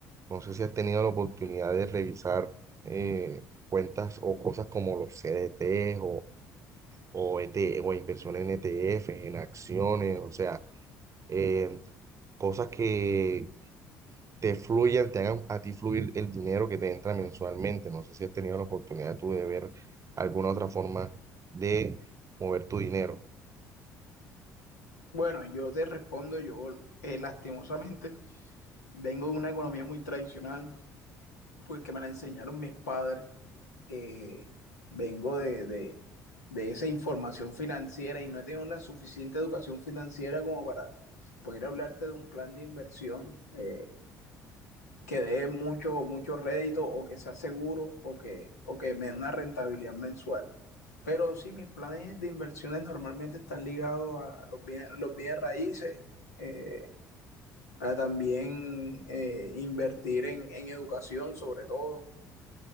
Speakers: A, on the right; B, on the left.
A: No sé si has tenido la oportunidad de revisar eh, cuentas o cosas como los CDTs o, ET o inversión en ETFs, en acciones, o sea, eh, cosas que te fluyan, te hagan a ti fluir el dinero que te entra mensualmente. No sé si has tenido la oportunidad tú de ver alguna otra forma de mover tu dinero.
B: Bueno, yo te respondo, yo eh, lastimosamente vengo de una economía muy tradicional, pues que me la enseñaron mis padres, eh, vengo de, de, de esa información financiera y no he tenido la suficiente educación financiera como para poder hablarte de un plan de inversión eh, que dé mucho, mucho rédito o que sea seguro o que, o que me dé una rentabilidad mensual. Pero sí, mis planes de inversiones normalmente están ligados a los bienes, los bienes raíces, eh, a también eh, invertir en, en, educación sobre todo,